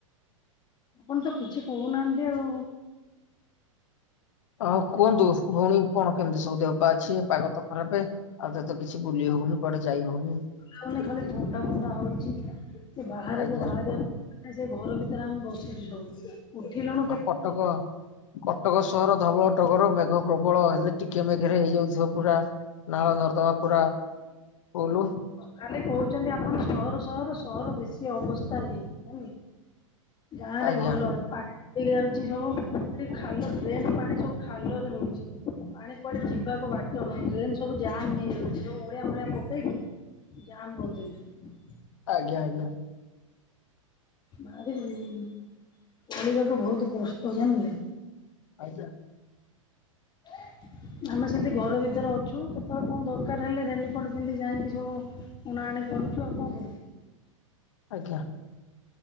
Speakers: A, on the left; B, on the left.
A: ଆପଣ ତ କିଛି କହୁନାହାନ୍ତି ଆଉ।
B: ହଁ କୁହନ୍ତୁ ଭଉଣୀ କଣ କେମିତି ସବୁ ଦ ଅଛି ପାଗ ତ ଖରାପ ଆଉ ତତ କିଛି ବୁଲି ହଉନି କୁଆଡେ ଯାଇ ହଉନି।
A: ଖାଲି ଥଣ୍ଡା ଫଣ୍ଡା ହଉଛି ସେ ବାହାରକୁ
B: ଆଜ୍ଞା।
A: ବାହାରିବାକୁ ନା ସେ ଘର ଭିତରେ ଆମେ ବସିଛ ସବୁ। ଉଠିଲୁଣି
B: ଆ କଟକ କଟକ ସହର ଧବଳ ଟଗର ମେଘ ପ୍ରବଳ ହେଲେ ଟିକିଆ ମେଘରେ ହେଇଯାଉଛି ନାଳ ନର୍ଦ୍ଦମା ପୁରା ଫୁଲ୍।
A: କାଲି କହୁଛନ୍ତି ଆପଣ ସହର ସହର ସହର ବେଶୀ ଅବସ୍ଥା ହେଇଯାଇଛି ହେଲା। ଗାଁ ରେ
B: ଆଜ୍ଞା
A: ଭଲ ଅଛି। ପାଣି ଯାଉଛି ସବୁ ସେଠି ଖାଲ ଡ୍ରେନ ପାଣି ସବୁ ଖାଲ ରହୁଛି। ପାଣି କୁଆଡେ ଯିବାକୁ ବାଟ ନାଇଁ ଡ୍ରେନ ସବୁ ଜାମ ହେଇଯାଉଛି ସବୁ ଅଳିଆ ମଳିଆ ପକେଇକି ଜାମ କରିଦଉଛନ୍ତି।
B: ଆଜ୍ଞା ଆଜ୍ଞା।
A: ଚଳିବାକୁ ବହୁତ କଷ୍ଟ ଜାଣିଲେ।
B: ଆଇଛା
A: ଏକ <inaudible> ଆମେ ସେମିତି ଘର ଭିତରେ ଅଛୁ କେତେବେଳେ କଣ ଦରକାର ହେଲେ ରେନିକୋଟ ପିନ୍ଧି ଯାଇକି ସବୁ ଅଣା ଅଣି କରୁଚୁ ଆଉ କଣ କରିବୁ।
B: ଆଜ୍ଞା।